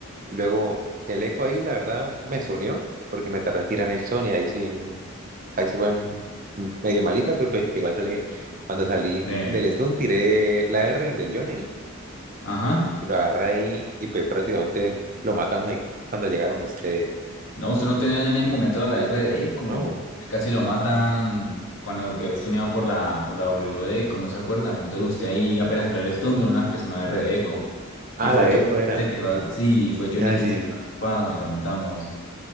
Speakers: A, on the right (about 40°); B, on the left (about 65°).
A: Luego el eco ahí, la verdad, me unió, porque me tardé en tirar el Sony, ahí sí, ahí sí fue m- medio malita, pero pues igual salí bien. Cuando salí
B: Sí.
A: del stun, tiré la R del Johnny
B: Ajá.
A: y lo agarré ahí y pues prácticamente lo matamos ahí cuando llegaron ustedes.
B: No, usted no tenía en ese momento la RDE, como
A: No,
B: usted casi lo matan cuando quedó stuneado por la, por la WD, ¿no se acuerda? Entonces usted ahí apenas salió el stun de una persona de RDE.
A: ah,
B: Y fue
A: la de
B: Johnny
A: eco
B: quien
A: era.
B: se quedó, sí, fue Johnny
A: Ah,
B: quien
A: sí,
B: se quedó atrapado y lo matamos.